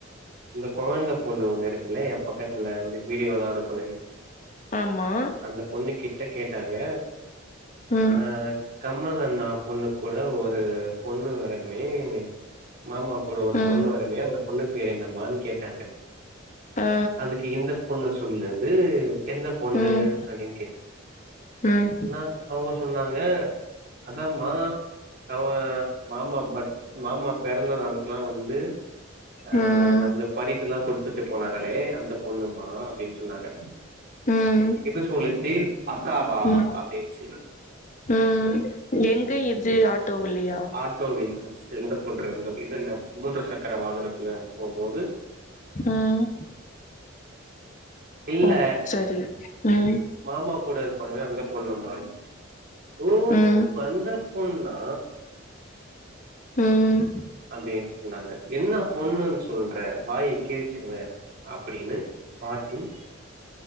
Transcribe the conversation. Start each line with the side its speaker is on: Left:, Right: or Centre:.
Right: இந்த குழந்த பொண்ணு ஒண்ணு இருக்கல என் பக்கத்துல வந்து வீடியோ தாம் அனுப்பது
Left: ஆமா
Right: அந்த பொண்ணு கி ட்ட கேட்டாங்க
Left: ம்
Right: ஆஹ் கம்மல் அண்ணா பொண்ணு கூட ஒரு பொண்ணு வரைமே மாமா கூட ஒரு
Left: ம்
Right: பொண்ணு வரைமே அந்த பொண்ணுக்கு பேர் என்னம்மான்னு கேட்டாங்க
Left: ஆ
Right: அதுக்கு இந்த பொண்ணு சொல்றது எந்த பொண்ணு
Left: ம்
Right: அப்படின்னு கேட்ச்சு
Left: ம்
Right: நா அவங்க சொன்னாங்க அதான் மா அவன் மாமா ப மாமா பிறந்த நாளுக்கெல்லாம் வந்து ஆஹ்
Left: ம்
Right: நமக்கு பரிசு எல்லாம் கொடுத்துட்டு போனாங்களே அந்த பொண்ணுமா அப்படின்னு சொன்னாங்க
Left: ம்
Right: இப்ப சொல்லச்சி அக்காவா
Left: ம்
Right: அப்படின்னுச்ச
Left: ம் எங்க இது ஆட்டோவுலையா
Right: ஆ தோவி <unintelligible> எந்த போன்றுருந்த இது மூன்று சக்கர வாகனத்துல போகும்போது
Left: ஆஹ்
Right: இல்ல
Left: ஓ சரி உம்
Right: மாமா கூட இருப்பாங்கே அந்த பொண்ணுமா ஓ
Left: ம்
Right: வந்த பொண்ணா
Left: ம்
Right: அப்டின்னு சொன்னாங்க என்ன பொண்ணு சொல்ற வாய் கிழிச்சிருவே அப்டின்னு பாட்டி